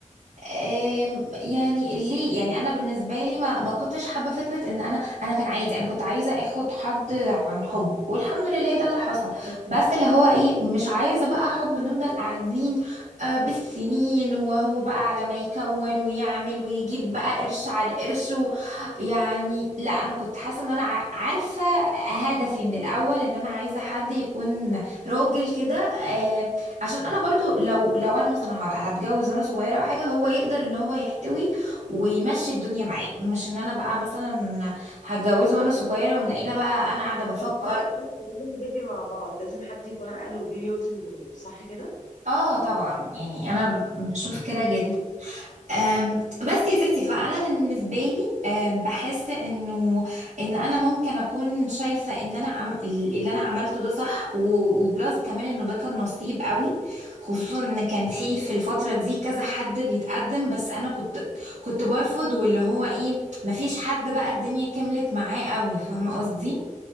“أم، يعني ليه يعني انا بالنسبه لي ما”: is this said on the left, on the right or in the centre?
Right